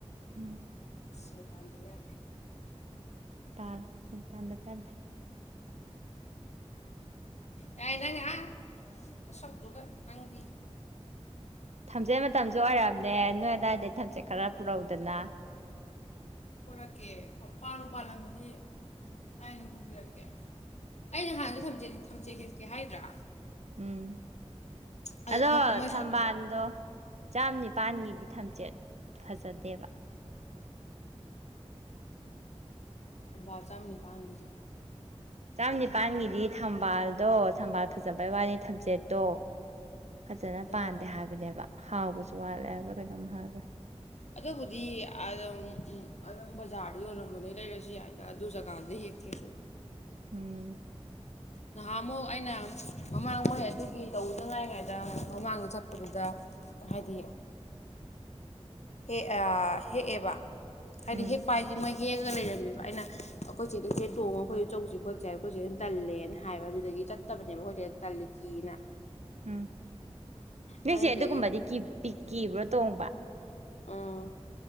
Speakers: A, on the right; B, on the left.
A: ꯎꯝ
B: ꯁ꯭ꯔꯗꯥꯥꯟꯖꯂꯦ
A: ꯇꯜ ꯆ ꯇꯥꯟꯗ ꯄꯦꯟꯗ
B: ꯌꯥꯏꯅꯉ ꯁꯛꯇꯣꯒ ꯅꯪꯗꯤ
A: ꯊꯝꯖꯩ ꯃꯇꯝꯁꯨ ꯑꯣꯏꯔꯝꯅꯦ ꯅꯣꯏ ꯑꯗꯨꯋꯥꯏꯗꯩ ꯊꯝꯆꯦꯠ ꯈꯔ ꯄꯨꯔꯧꯗꯅ
B: ꯄꯣꯔꯛꯀꯦ ꯄꯥꯜꯂꯨ ꯄꯥꯜꯂꯝꯃꯗꯤ ꯑꯩꯅ ꯄꯨꯕꯤꯔꯛꯀꯦ ꯑꯩꯅ ꯍꯥꯟꯅꯁꯨ ꯊꯝꯖ ꯍꯦꯞꯀꯦ ꯍꯥꯏꯗ꯭ꯔꯥ
A: ꯎꯝ
B: ꯑꯗꯨꯅ
A: ꯑꯗꯣ
B: ꯃꯣꯏ ꯃꯣꯏ
A: ꯊꯝꯕꯥꯜꯗꯣ
B: ꯁꯠ
A: ꯆꯥꯝ ꯅꯤꯄꯥꯜꯒꯤꯗꯤ ꯊꯝꯆꯦꯠ ꯐꯖꯗꯦꯕ
B: ꯊꯕꯥ ꯆꯥꯝ ꯅꯤꯄꯥꯥꯟꯒꯤꯁꯦ
A: ꯆꯝꯅꯤ ꯄꯥꯟꯒꯤꯗꯤ ꯊꯝꯕꯥꯜꯗꯣ ꯊꯝꯕꯥꯜ ꯐꯖꯕꯩ ꯋꯥꯅꯤ ꯊꯝꯖꯦꯠꯇꯣ ꯐꯖꯅ
B: ꯐꯖꯗꯦꯕ
A: ꯄꯥꯟꯗꯦ ꯍꯥꯏꯕꯅꯦꯕ ꯍꯥꯎꯕꯁꯨ ꯋꯥꯠꯂꯦ ꯍꯥꯏꯕ꯭ꯔꯥ ꯀꯩꯅꯣꯝ ꯍꯥꯏꯕ꯭ꯔꯦ
B: ꯑꯗꯨꯕꯨꯗꯤ ꯑꯗꯨꯝ ꯑꯗꯨꯝ ꯕꯖꯥꯔꯗ ꯌꯣꯟꯜꯂꯝꯝꯕꯗꯒꯤꯩ ꯂꯩꯔꯁꯨ ꯌꯥꯏꯗ ꯑꯗꯨ ꯖꯒꯥꯗ ꯍꯦꯛꯇ꯭ꯔꯁꯨ
A: ꯎꯝ
B: ꯅꯍꯥꯃꯨꯛ ꯑꯩꯅ ꯃꯃꯥꯡꯉꯩ ꯑꯗꯨꯒꯤ ꯇꯧꯗꯉꯥꯏꯉꯩꯗ ꯃꯃꯥꯡꯗ ꯆꯠꯄꯗꯨꯗ ꯍꯥꯏꯗꯤ ꯍꯦ ꯍꯦ ꯑꯣꯏ ꯑꯗꯤ
A: ꯎꯝ
B: ꯍꯦꯛ ꯄꯥꯏꯝꯩ ꯍꯦꯛꯑꯒ ꯂꯩꯔꯝꯃꯦꯕ ꯑꯩꯅ ꯑꯩꯈꯣꯏ ꯆꯦꯗ ꯆꯦ ꯇꯣꯡꯉꯒ ꯑꯩꯈꯣꯏ ꯆꯧꯁꯦ ꯈꯣꯠꯁꯦ ꯍꯥꯏꯕ ꯑꯩꯈꯣꯏ ꯆꯦꯗꯅ ꯇꯜꯂꯦꯅ ꯍꯥꯏꯕ ꯑꯗꯨꯗꯒꯤ ꯆꯠꯇꯕꯅꯦꯕ ꯑꯩꯈꯣꯏ ꯆꯦꯗ ꯇꯜꯂꯤ ꯀꯤꯅ
A: ꯎꯝ ꯅꯣꯏꯁꯦ
B: ꯑꯗꯨꯗꯒꯤ
A: ꯑꯗꯨꯒꯨꯝꯕꯗꯤ ꯄꯤ ꯀꯕ꯭ꯔꯣ ꯇꯣꯡꯕ
B: ꯑꯥ